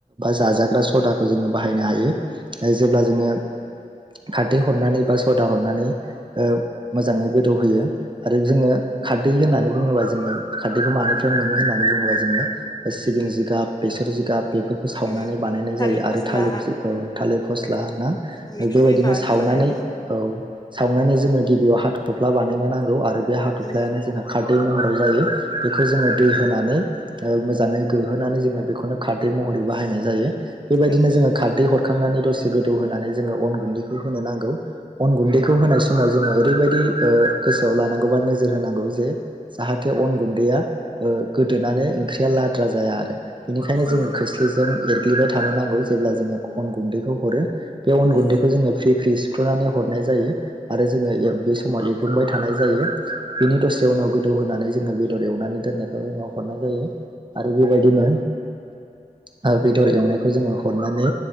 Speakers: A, on the right; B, on the left.
A: जाजाग्रा स'दाबो बाहायनो हायो जेब्ला जोङो खारदै हरनानै बा सदा हरनानै ओ मोजाङै गोदौहोयो आरो जोङो खारदै होननानै बुङोब्ला जोङो खारदैखौ मानिफ्राय मोनो होननानै बुङोब्ला जोङो सिबिं जिगाब बेसर जिगाब बेफोरखौ सावनानै
B: उम
A: बानायनाय
B: थालिर
A: जायो
B: फस्ला
A: आरो थालिर थालिर फस्ला बेबायदिनो
B: मैथ्रु बै माबानिफ्राय
A: सावनानै
B: बानायो
A: औ सावनानै जोङो गिबियाव हा थ'फ्ला बानायनो नांगौ आरो बे हाथ'फ्लायानो
B: उम
A: जोंहा खार दै महराव जायो बेखौ जोङो दै होनानै मोजाङै गोहोनानै जोङो बेखौनो खारै महर बाहायनाय जायो बेबायदिनो
B: औ
A: जोङो
B: औ
A: खारदै हर सुखांनानै दसे गोदौ होनानै जोङो अन गुन्दैखौ होनो नांगौ अन गुन्दैखौ होनाय समाव जोङो ओरैबायदि गोसोआव लानांगौ बा नोजोर होनांगौ जे जाहाथे अन गुन्दैया गोदोनानै ओंख्रिया लाद्रा जाया आरो बेनिखायनो जोङो
B: उम
A: खोस्लिजों एरग्लिबाय थानो नांगौ जेब्ला जोङो अन गुन्दैखौ हरो बे अन
B: उम
A: गुन्दैखौ जोङो फ्रि फ्रि सिुफ्र'नानै हरनाय जायो आरो जोङो बे समाव एवग्लुंबाय थानाय जायो। बिनि दसे उनाव गोदौ होनानै जोङो बेदर एवनानै दोननायखौ जोङाव हरनाय जाय जायो आरो बेबायदिनो ओ बेदर एवनायखौ जोङो हरनानै